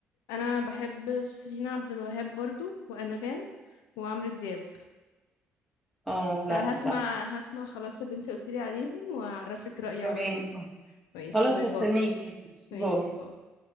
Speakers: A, on the left; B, in the centre.
A: انا بحب شيرين عبد الوهاب برضو وانغام وعمرو دياب
B: اه
A: فهسمع
B: لا صح
A: هسمع خلاص اللي انت قلتيلي عليهم واعرفك رأيي
B: روقان
A: على طول ماشي
B: خلاص
A: باي
B: هستناكي
A: باي
B: ماشي.
A: ماشي
B: باي
A: باي